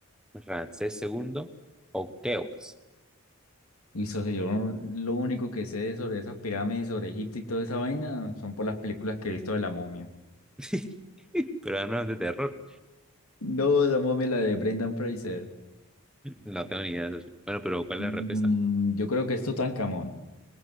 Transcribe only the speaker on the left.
Uy, socio, yo no- lo único que sé sobre esas pirámides, sobre Egipto y toda esa vaina son por las películas que he visto de la momia.
No, la momia, la de Brendan Fraser.
Mm,
yo creo que es Tutankamón.